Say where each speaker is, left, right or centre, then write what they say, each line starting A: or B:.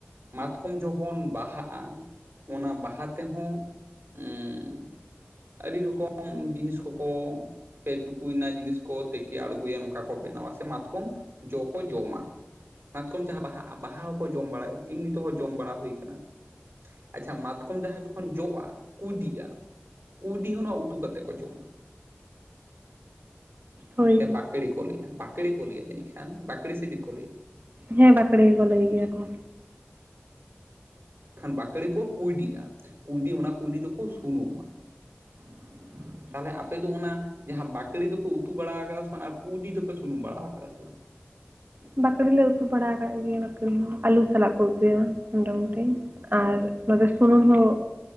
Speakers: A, on the right; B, on the right.
A: ᱢᱟᱛᱠᱚᱢ ᱡᱚᱠᱷᱚᱱ ᱵᱟᱦᱟᱜᱼᱟ ᱾ ᱚᱱᱟ ᱵᱟᱦᱟ ᱛᱮᱦᱚᱸ ᱩᱸᱻ ᱟᱹᱰᱤ ᱨᱚᱠᱚᱢ ᱡᱤᱱᱤᱥ ᱠᱚᱠᱚ ᱯᱮ ᱴᱩᱠᱩᱭᱱᱟ ᱡᱤᱱᱤᱥ ᱠᱚ ᱛᱮᱠᱮ ᱟᱬᱜᱚᱭᱟ ᱱᱚᱝᱠᱟ ᱠᱚ ᱵᱮᱱᱟᱣᱟ ᱥᱮ ᱢᱟᱛᱠᱚᱢ ᱡᱚ ᱠᱚ ᱡᱚᱢᱟ᱾ ᱢᱟᱛᱠᱚᱢ ᱡᱟᱦᱟᱸ ᱵᱟᱦᱟᱜᱼᱟ, ᱵᱟᱦᱟ ᱦᱚᱸᱠᱚ ᱡᱚᱢ ᱵᱟᱲᱟᱭᱟ ᱤᱢᱱᱤ ᱛᱮᱦᱚᱸ ᱡᱚᱢ ᱵᱟᱲᱟ ᱦᱩᱭ ᱟᱠᱟᱱᱟ ᱾ ᱟᱪᱪᱷᱟ ᱢᱟᱛᱠᱚᱢ ᱡᱟᱦᱟᱸ ᱡᱚᱠᱷᱚᱱ ᱡᱚᱜᱼᱟ ᱠᱩᱸᱭᱰᱤᱜᱼᱟ ᱾ ᱠᱩᱸᱭᱰᱤ ᱦᱚᱸ ᱱᱚᱶᱟ ᱩᱛᱩ ᱠᱟᱛᱮᱫ ᱠᱚ ᱡᱚᱢᱟ ᱾
B: ᱦᱳᱭ
A: ᱥᱮ ᱵᱟᱠᱲᱮ ᱠᱚ ᱞᱟᱹᱭᱟ, ᱵᱟᱠᱲᱮ ᱠᱚ ᱞᱟᱹᱭᱟ ᱡᱟᱹᱱᱤᱡ ᱠᱷᱟᱱ᱾ ᱵᱟᱠᱲᱮ ᱥᱮ ᱪᱮᱫ ᱠᱚ ᱞᱟᱹᱭᱟ?
B: ᱦᱮᱸ ᱵᱟᱠᱲᱮ ᱜᱮᱠᱚ ᱞᱟᱹᱭ ᱜᱮᱭᱟ ᱠᱚ᱾
A: ᱠᱷᱟᱱ ᱵᱟᱠᱲᱮ ᱯᱚᱨ ᱠᱩᱸᱭᱰᱤᱜᱼᱟ, ᱠᱩᱭᱰᱤ ᱚᱱᱟ ᱠᱩᱸᱭᱰᱤ ᱫᱚᱠᱚ ᱥᱩᱱᱩᱢᱟ᱾
B: <inaudible>
A: ᱛᱟᱦᱚᱞᱮ ᱟᱯᱮ ᱫᱚ ᱚᱱᱟ ᱡᱟᱦᱟᱸ ᱵᱟᱠᱲᱮ ᱫᱚᱯᱮ ᱩᱛᱩ ᱵᱟᱲᱟ ᱠᱟᱫᱟ ᱥᱮ ᱵᱟᱝ? ᱟᱨ ᱠᱩᱸᱭᱰᱤ ᱫᱚᱯᱮ ᱥᱩᱱᱩᱢ ᱵᱟᱲᱟ ᱠᱟᱫᱟ ᱥᱮ ᱵᱟᱝ?
B: ᱵᱟᱠᱲᱮ ᱞᱮ ᱩᱛᱩ ᱵᱟᱲᱟᱣ ᱟᱠᱟᱫ ᱜᱮᱭᱟ ᱵᱟᱹᱠᱲᱤ ᱦᱚᱸ, ᱟᱹᱞᱩ ᱥᱟᱞᱟᱜ ᱠᱚ ᱩᱛᱩᱭᱟ ᱢᱳᱚᱴᱟᱢᱩᱴᱤ᱾ ᱟᱨ ᱱᱚᱛᱮ ᱥᱩᱱᱩᱢ ᱦᱚᱸ